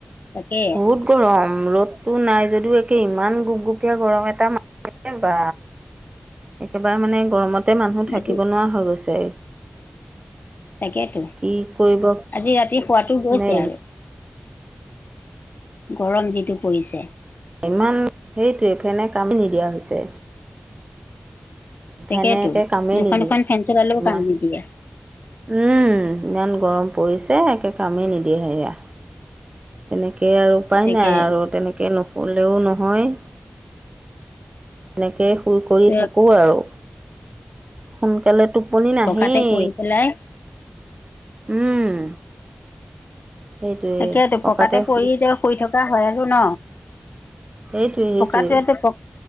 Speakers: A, on the left; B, on the right.
A: তাকে
B: বহুত গলম, ৰ'দটো নাই যদিও একে ইমান গুপগুপীয়া গৰম এটা মা ছে বা! একেবাৰে মানে গৰমতে মানুহ থাকিব
A: আজি
B: নোৱাৰা হৈ গৈছে।
A: তাকেইতো,
B: কি কৰিব
A: আজি ৰাতি শুৱাটো
B: মানে
A: গৈছে আৰু। গৰম যিটো পৰিছে।
B: ইমান, সেইটোৱে ফেনে কামে নিদিয়া হৈছে।
A: তাকেতো
B: ফেনে একে কামেই
A: দুখন
B: নিদিয়ে
A: দুখন ফেন চলালেও
B: ইমান
A: কাম নিদিয়ে
B: উম, ইমান গৰম পৰিছে একে কামেই নিদিয়ে সেয়া। তেনেকে আৰু উপায়
A: তাকে
B: নাই আৰু তেনেকে নুশুলেও নহয়। এনেকে সুৰ কৰি
A: ত
B: থাকো আৰু সোনকালে টোপনি নাহেই।
A: পকাতে পৰি পেলাই
B: উম, সেইটোৱে
A: তাকেতো
B: পকাতে
A: পৰি
B: শুল
A: এতিয়া শুই থকা হয় আৰু ন?
B: সেইটোৱেই সেইটোৱেই
A: পকাটোৱেতে প